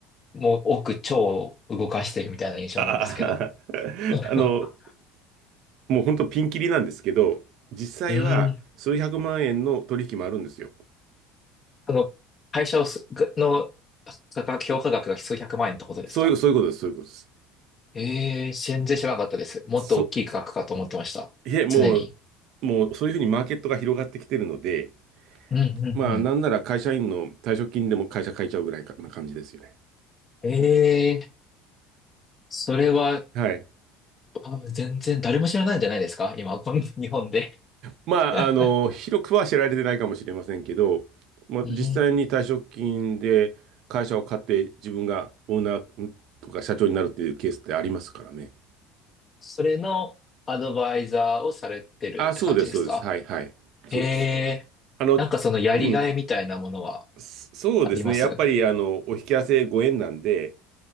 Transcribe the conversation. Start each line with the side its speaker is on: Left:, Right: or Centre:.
Left: もう奥超動かしてるみたいな印象なんですけど。
Right: あー
Left: <laughs>
Right: <laughs> あの、もう本当ピンキリなんですけど、実際は数百万円の取引もあるんですよ。
Left: うーん、その、会社をす、の、価格、評価額が数百万円ってことですか
Right: そういう、そういうことです、そういうことです。
Left: ええ全然知らなかったです。もっと大きい額かと思ってました。
Right: そ、いえ、もう、
Left: 常に。
Right: もうそういうふうにマーケットが広がってきてるので、
Left: うん、うん、
Right: まあ、
Left: うん。
Right: なんなら会社員の退職金でも会社変えちゃうぐらいかな感じですよね。
Left: ええそれは、
Right: はい。
Left: あ全然誰も知らないんじゃないですか今、この <laughs> 日本で。<laughs>
Right: まあ、あの、広くは知られてないかもしれませんけど、まあ、
Left: うん。
Right: 実際に退職金で会社を買って自分がオーナーとか社長になるっていうケースってありますからね。
Left: それのアドバイザーをされてるって感じですか
Right: あ、そうです、そうです。はいはい。そうです。
Left: ええなんかそのやりがいみたいなものは
Right: あの、うん、そそうですね。
Left: あります
Right: やっぱり、あの、お引き合わせご縁なんで、